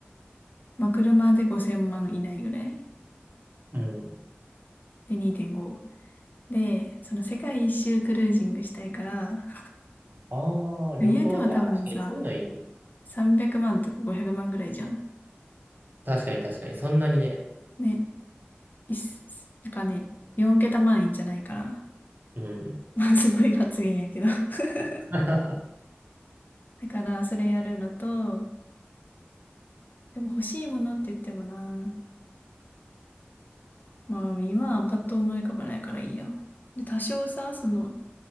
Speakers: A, on the left; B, on the right.
A: まあ、車で5000万以内ぐらい。
B: う。うん。
A: で、2.5。で、その世界一周クルージングしたいから、
B: ああ、
A: でも言うても多分さ、
B: 旅行、あ、確かにそういうのいいの。
A: 300万とか500万ぐらいじゃん。
B: 確かに確かに、そんなにね。
A: ね、いっす、なんかね、4桁万円じゃないから、
B: うん。
A: <laughs> まあすごい発言やけど。<laughs>
B: <laughs>
A: だからそれやるのと、でも欲しいものって言ってもな、まあ今はパッと思い浮かばないからいいや。で、多少さ、その、